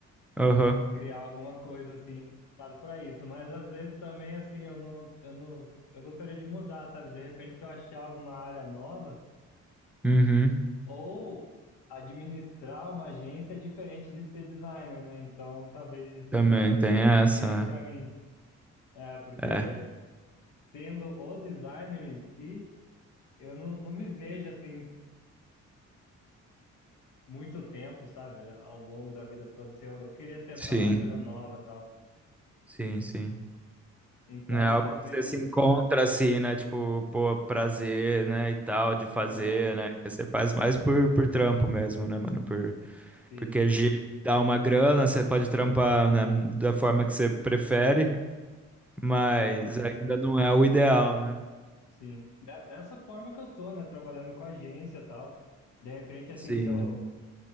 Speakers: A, in the centre; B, on the left.
A: Aham.
B: criar alguma coisa assim voltado para isso, mas às vezes também assim eu não eu não eu gostaria de mudar, sabe? De repente se eu achar alguma área nova
A: Uhum.
B: ou administrar uma agência é diferente de ser designer, né? Então talvez isso
A: Também
B: já
A: tem
B: seja suficiente
A: essa.
B: para mim. É, porque
A: É. É.
B: tendo o designer em si, eu não, não me vejo assim muito tempo, sabe? Ao longo da vida toda, assim, eu, eu queria tentar
A: Sim.
B: alguma coisa nova, e tal.
A: Sim, sim.
B: Então
A: Não é algo
B: talvez,
A: que você se encontra assim, né? Tipo, pô, prazer, né? E tal, de fazer,
B: né?
A: né? Você faz mais por, por trampo mesmo, né, mano? Por,
B: Sim.
A: porque gi- dá uma grana, você pode trampar, né? Da forma que você prefere, mas
B: Aham.
A: ainda não é o ideal, né?
B: Sim. Ne- Nessa forma que eu tô, né? Trabalhando com agência e tal. De repente, assim,
A: Sim.
B: se eu,